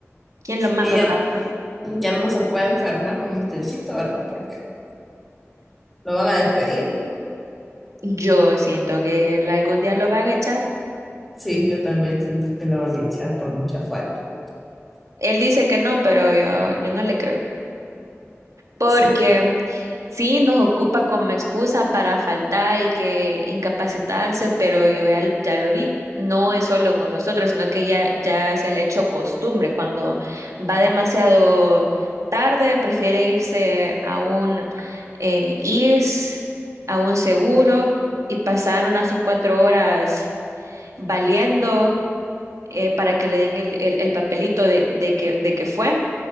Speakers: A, on the right; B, in the centre.
A: ¿Quién lo manda
B: y ya,
A: a trabajar?
B: ya no se puede enfermar mi muchachito, ¿verdad? Porque lo van a despedir.
A: Yo siento que él algún día lo van a echar.
B: Sí, yo también siento que lo van a echar por mucha falta.
A: Él dice que no, pero yo, yo no le creo. Porque
B: Sí.
A: sí, nos ocupa como excusa para faltar y que incapacitarse, pero yo ya, ya lo vi. No es solo con nosotros, sino que ya, ya se le ha hecho costumbre. Cuando va demasiado tarde, prefiere irse a un eh, IRS, a un seguro y pasar unas sus cuatro horas valiendo eh, para que le den el, el- el papelito de, de que, de que fue